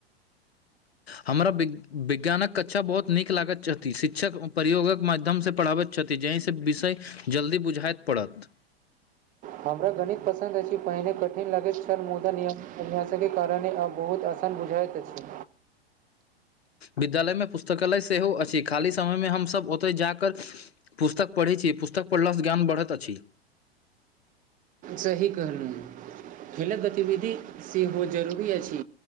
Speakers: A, on the left (about 75°); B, on the right (about 25°).
A: हमरा वि विज्ञानक कक्षा बहुत नीक लागैत छथि शिक्षक प्रयोगक माध्यम से पढ़ाबैत छथि जाहिसँ विषय जल्दी बुझाइत पड़त
B: हमरा गणित पसन्द अछि पहिने कठिन लागैत छल मुदा नियम अभ्यास सबके कारणे आब बहुत आसान बुझाइत अछि।
A: विद्यालय मे पुस्तकालय सेहो अछि खाली समयमे हमसभ ओतय जाकर पुस्तक पढ़ै छी पुस्तक पढ़लासँ ज्ञान बढ़त अछि
B: सही कहलु हँ खेलक गतिविधि सेहो जरूरी अछि